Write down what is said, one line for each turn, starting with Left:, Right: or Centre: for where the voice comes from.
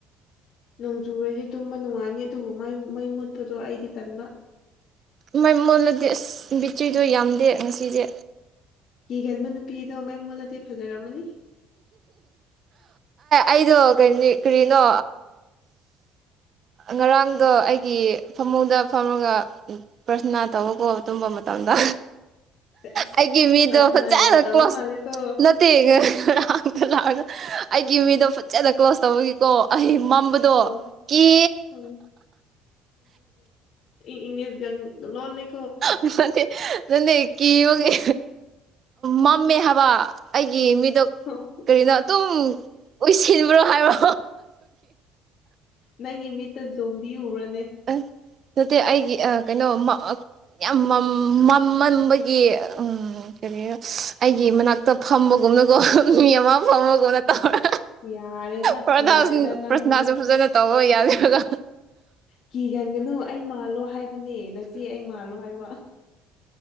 Left: ꯅꯣꯡꯖꯨꯔꯗꯤ ꯇꯨꯝꯕ ꯅꯨꯡꯉꯥꯏꯅꯤ ꯑꯗꯨꯕꯨ ꯃꯩ ꯃꯨꯠꯄꯗꯣ ꯑꯩꯗꯤ ꯇꯟꯕ
Right: ꯃꯥꯏ ꯃꯣꯟꯂꯗꯤ ꯑꯁ ꯕꯤꯆꯗꯣ ꯌꯥꯝꯗꯦ ꯉꯁꯤꯁꯦ
Left: ꯀꯤꯒꯟꯕ ꯅꯨꯄꯤ ꯑꯗꯣ ꯃꯩ ꯃꯨꯠꯂꯗꯤ ꯐꯖꯔꯝꯃꯅꯤ
Right: ꯑꯩꯗꯣ ꯀ ꯀꯔꯤꯅꯣ ꯉꯔꯥꯡꯗꯣ ꯑꯩꯒꯤ ꯐꯃꯨꯡꯗ ꯐꯝꯃꯒ ꯄ꯭ꯔꯁꯅꯥ ꯇꯧꯕ ꯀꯣꯕ ꯇꯨꯝꯕ ꯗ
Left: ꯑꯁ
Right: ꯑꯩꯒꯤ ꯃꯤꯗꯣ
Left: ꯄ꯭ꯔꯊꯅꯥ
Right: ꯆꯅ
Left: ꯌꯥꯝ ꯇꯧꯕ
Right: ꯀ꯭ꯂꯣꯁ
Left: ꯃꯥꯜꯂꯦꯀꯣ
Right: ꯅꯠꯇꯦ ꯑꯪꯀ ꯂꯥꯛꯑꯒ ꯑꯩꯒꯤ ꯃꯤꯗꯣ ꯐꯖꯅ ꯀ꯭ꯂꯣꯖ ꯇꯧꯕꯒꯤꯀꯣ ꯑꯩ ꯃꯝꯕꯗꯣ
Left: ꯑꯣ
Right: ꯀ
Left: ꯑꯣ ꯏꯪꯂꯤꯁ ꯂꯣ ꯂꯩ
Right: ꯅ ꯅꯗꯤ ꯀꯤꯉꯦ ꯃꯝꯃꯦ ꯍꯥꯏꯕ ꯑꯩꯒꯤ ꯃꯤꯗꯣ
Left: ꯑꯣ
Right: ꯀꯔꯤꯅꯣ ꯑꯗꯨꯝ ꯑꯣꯏꯁꯤꯟꯕ꯭ꯔꯣ ꯍꯥꯏꯕꯣ
Left: ꯅꯪꯒꯤ ꯃꯤꯠꯇ ꯖꯣꯝꯕꯤ ꯎꯔ
Right: ꯑ ꯃꯦ ꯑꯩꯒꯤ ꯑ ꯀꯩꯅꯣ ꯌꯥꯝ ꯃꯃꯟꯕꯒꯤ ꯎ ꯀꯔꯤ ꯑꯩꯒꯤ ꯃꯅꯥꯛꯇ ꯐ ꯀꯨꯝꯕꯒꯨꯝꯅꯀꯣ ꯃꯤ ꯑꯃ ꯐꯃꯒꯨꯝꯅ ꯇꯧꯔꯦ
Left: ꯌꯥꯔꯦꯗ
Right: ꯄ꯭ꯔꯊ
Left: ꯌꯥꯔꯦꯗ ꯅꯪꯒꯤꯗꯣ
Right: ꯄ꯭ꯔꯁꯅꯥꯁꯨ ꯐꯖꯅ ꯇꯧꯕ ꯌꯥꯗꯕ꯭ꯔꯒꯥ
Left: ꯀꯤ ꯀꯟꯒꯅꯨ ꯑꯩ ꯃꯥꯜꯂꯣ ꯍꯥꯏꯕꯅꯦ ꯅꯆꯦ ꯑꯩ ꯃꯥꯜꯂꯣ ꯍꯥꯏꯕ